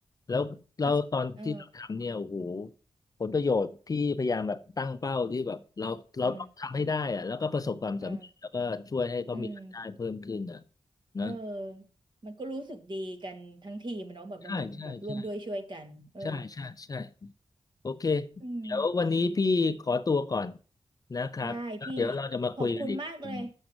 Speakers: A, on the left (about 40°); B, on the right (about 50°).
A: แล้วเราตอนที่เราทำเนี่ยโอ้โห
B: ex เออ
A: ผลประโยชน์ที่พยายามแบบตั้งเป้าที่แบบเราเราต้องทำให้ได้อะแล้วก็ประสบความสำเร็จแล้วก็ช่วยให้เขามีรายได้เพิ่มขึ้นอะ
B: เออเอออืมเออมันก็รู้สึกดีกันทั้งทีมอะเนาะแบบมันเหมือนแบบร่วมด้วยช่วยกันเออ
A: นะใช่ใช่ใช่ใช่ใช่ใช่โอเค
B: อืม
A: เดี๋ยววันนี้พี่ขอตัวก่อนนะครับแล้วเดี๋ยวเราจะมาคุยกันอีกทีนึง
B: ได้พี่ขอบคุณมากเลย